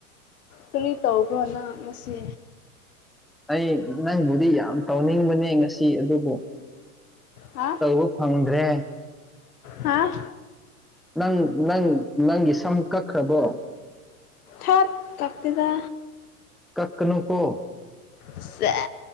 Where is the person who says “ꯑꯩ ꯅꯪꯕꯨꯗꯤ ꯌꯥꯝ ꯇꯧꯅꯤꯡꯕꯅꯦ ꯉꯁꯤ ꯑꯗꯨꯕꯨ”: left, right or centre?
Centre